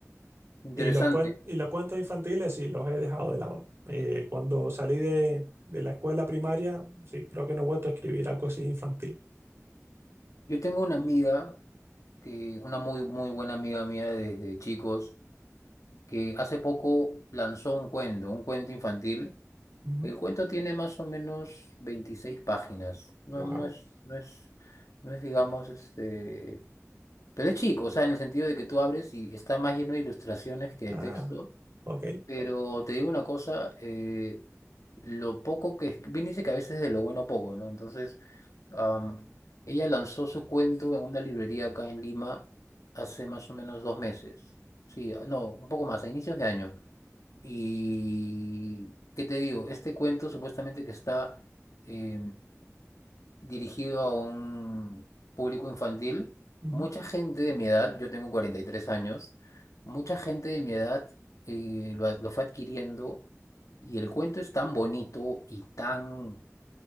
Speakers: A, on the left; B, on the right.
A: Interesante.
B: Y los, cuen- y los cuentos infantiles sí, los he dejado de lado. Eh, cuando salí de, de la escuela primaria, sí, creo que no he vuelto a escribir algo así infantil.
A: Yo tengo una amiga, que, una muy, muy buena amiga mía desde chicos que hace poco lanzó un cuento, un cuento infantil.
B: Ujú,
A: El cuento tiene más o menos 26 páginas. No,
B: Wow.
A: no es, no es, no es, digamos, este... Pero es chico, o sea, en el sentido de que tú abres y está más lleno de ilustraciones que de
B: Ah,
A: texto.
B: ok.
A: Pero te digo una cosa, eh, lo poco que... es- Bien dice que a veces de lo bueno poco, ¿no? Entonces, am, ella lanzó su cuento en una librería acá en Lima hace más o menos dos meses. Sí, no, un poco más, a inicios de año. Y, ¿qué te digo? Este cuento supuestamente que está eh, dirigido a un público infantil,
B: ujú,
A: mucha gente de mi edad, yo tengo 43 años, mucha gente de mi edad eh, lo, ad- lo fue adquiriendo y el cuento es tan bonito y tan...